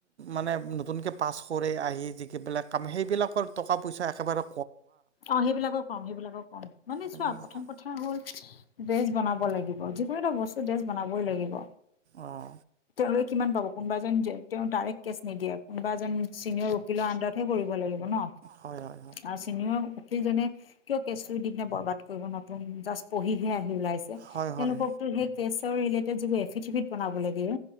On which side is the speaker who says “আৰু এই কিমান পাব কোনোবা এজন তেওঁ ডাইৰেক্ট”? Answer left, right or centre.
Left